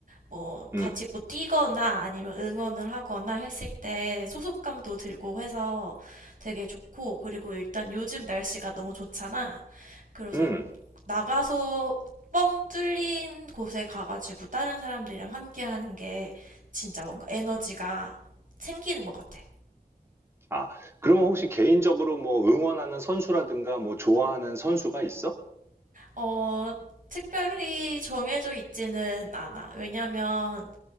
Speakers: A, on the right; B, on the right.
A: 뭐 같이
B: 음,
A: 뭐 뛰거나 아니면 응원을 하거나 했을 때 소속감도 들고 해서 되게 좋고 그리고 일단 요즘 날씨가 너무 좋잖아. 그래서
B: 음.
A: 나가서 뻥 뚫린 곳에 가가지고 다른 사람들이랑 함께 하는 게 진짜 뭔가 에너지가 생기는 것 같아.
B: 아, 그러면 혹시 개인적으로 뭐 응원하는 선수라든가 뭐 좋아하는 선수가 있어?
A: 어, 특별히 정해져 있지는 않아. 왜냐면